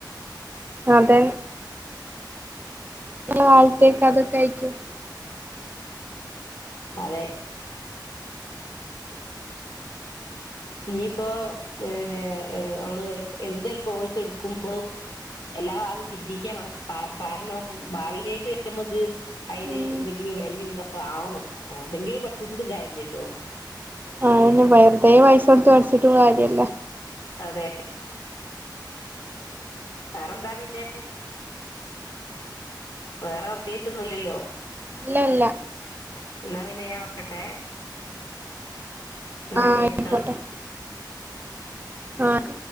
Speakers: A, on the right (about 25°); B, on the left (about 70°).
A: അതെ ഇനിയുള്ള കാലത്തേക്ക് അതൊക്കെ ആയിരിക്കും
B: അതെ ഇനിയിപ്പോ ഏഹ് അമ്മള് എന്ത്‌ കോഴ്സ് എടുക്കുമ്പഴും എല്ലാ ഭാഗും ചിന്തിക്കണം കാ കാരണം ഭാവിലേക്ക് നമക്ക് അതില്
A: ഉം
B: എന്തെങ്കിലും വാല്യൂള്ളത ആവണോ എന്തെങ്കിലും പഠിച്ചൂട്ടിട്ടും കാര്യല്ലല്ലോ
A: അതൊന്നും വെറുതെ പൈസ കൊടുത്ത് പഠിച്ചിട്ടും കാര്യല്ല
B: അതെ വേറെന്താ പിന്നെ വേറെ പ്രത്യേകിച്ച് ഒന്നുല്ലല്ലോ
A: ഇല്ല ഇല്ല
B: എന്നാ പിന്നെ ഞാൻ വെക്കട്ടെ. എന്നാ
A: ആ
B: ശെരിട്ടോ
A: ആയിക്കോട്ടെ ആഹ്